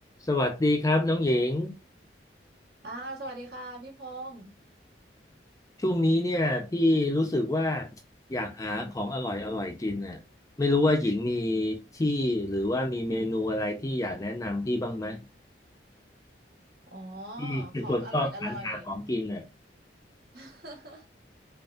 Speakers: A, on the left; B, on the right.
A: สวัสดีครับน้องหญิง
B: อ้าวสวัสดีค่ะพี่พงศ์
A: ช่วงนี้เนี่ยพี่รู้สึกว่าอยากหาของอร่อยอร่อยกินน่ะไม่รู้ว่าหญิงมีที่หรือว่ามีเมนูอะไรที่อยากแนะนำพี่บ้างไหม
B: อ๋อ
A: พี่เป็นคนชอบสรรหาของกินน่ะ
B: ของอร่อยอร่อย <laughs>